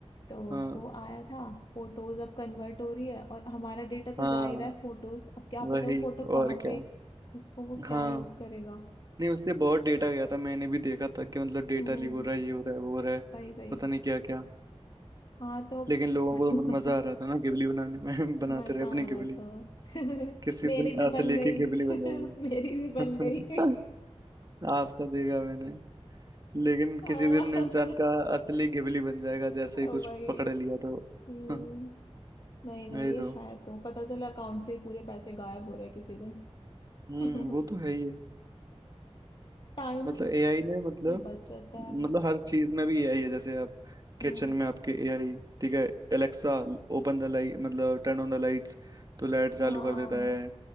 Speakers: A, on the left; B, on the right.
A: तो
B: हाँ
A: वो आया था फोटोज अब कन्वर्ट हो रही है और हमारा डेटा
B: हाँ
A: तो जा ही रहा है फोटोज अब क्या
B: वही
A: पता वो फोटो
B: और
A: कहाँ
B: क्या
A: पे उसको वो
B: हाँ
A: क्या यूज करेगा
B: नहीं उससे बहुत डेटा गया था मैंने भी देखा था कि मतलब डेटा
A: हम्म
B: लीक हो रहा है ये हो रहा है वो हो रहा है
A: भाई भाई
B: पता नहीं क्या क्या
A: हाँ तो
B: लेकिन लोगों
A: <laughs>
B: को तो मजा आ रहा था ना घिबली बनाने में <laughs> बनाते
A: मजा
B: रहे अपनी
A: आ
B: घिबली
A: रहा था <laughs>
B: किसी
A: मेरी
B: दिन
A: भी
B: ऐसे
A: बन
B: लेके
A: गई
B: घिबली बन
A: <laughs>
B: जाएगी
A: मेरी भी बन
B: <laughs>
A: गई
B: आपका देखा मैंने लेकिन
A: <laughs>
B: किसी
A: ओ
B: दिन इंसान का असली घिबली बन जाएगा जैसे ही
A: भाई
B: कुछ पकड़ लिया तो
A: हम्म,
B: <laughs>
A: नहीं नहीं
B: नहीं
A: ये
B: तो
A: है तो पता चला अकाउंट से ही पूरे पैसे गायब हो रहे किसी दिन
B: हम्म
A: <laughs>
B: वो तो है ही है
A: टाइम
B: मतलब एआई ने मतलब
A: की बचत है
B: मतलब हर चीज में भी एआई है जैसे आप
A: हम्म
B: किचन में आपके एआई ठीक है एलेक्सा ओपन द लाइट मतलब टर्न ऑन द लाइट्स तो लाइट चालू
A: हाँ
B: कर देता है